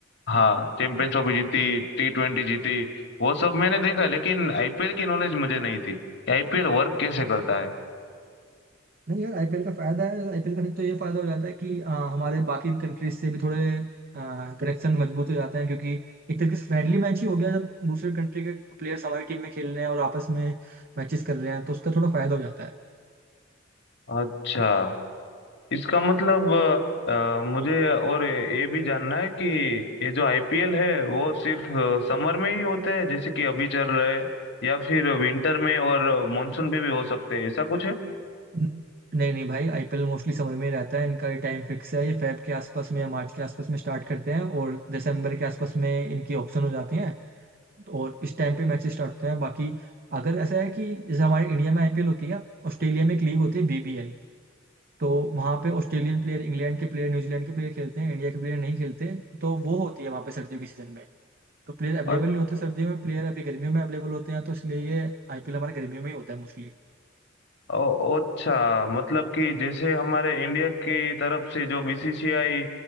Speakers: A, on the left; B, on the right.
A: हाँ
B: हाँ हाँ
A: चैंपियंस ट्रॉफी जीती टी ट्वेंटी जीती वो सब मैंने देखा लेकिन आईपीएल की नॉलेज मुझे नहीं थी कि आईपीएल वर्क कैसे
B: अच्छा
A: करता
B: अच्छा
A: है
B: नहीं यार आईपीएल का फायदा है आईपीएल का फिर तो ये फायदा हो जाता है कि अ, हमारे बाकी कंट्रीज से भी थोड़े कनेक्शन मजबूत हो जाते हैं क्योंकि एक तरीके से फ्रेंडली मैच ही हो गया जब दूसरे कंट्री के प्लेयर्स हमारी टीम में खेल रहे हैं और आपस में मैचेस कर रहे हैं तो उसका थोड़ा फायदा हो जाता है
A: अच्छा इसका मतलब अ, मुझे और ये भी जानना है कि ये जो आईपीएल है वो सिर्फ समर में ही होते हैं जैसे कि अभी चल रहा है या फिर विंटर में और मानसून में भी हो सकते हैं ऐसा कुछ है
B: न- नहीं नहीं भाई आईपीएल मोस्टली समर में ही रहता है इनका टाइम फिक्स है ये फेब के आसपास में या मार्च के आसपास में स्टार्ट करते हैं और दिसंबर के आसपास में इनकी ऑक्शन हो जाती हैं और इस टाइम पे मैचेस स्टार्ट होते हैं बाकी अगर ऐसा है कि जैसे हमारे इंडिया में आईपीएल होती है ऑस्ट्रेलिया में एक लीग होती है बीबीएल तो वहाँ पे ऑस्ट्रेलियन प्लेयर इंग्लैंड के प्लेयर न्यूजीलैंड के प्लेयर खेलते हैं इंडिया के प्लेयर नहीं खेलते तो वो होती है वहाँ पे सर्दियों के सीजन में तो प्लेयर अवेलेबल
A: और
B: नहीं होते सर्दियों में प्लेयर अभी गर्मियों में अवेलेबल होते हैं तो इसलिए ये आईपीएल हमारे गर्मियों में ही होता है मोस्टली
A: ओ- अच्छा मतलब कि जैसे हमारे इंडिया की तरफ से जो बीसीसीआई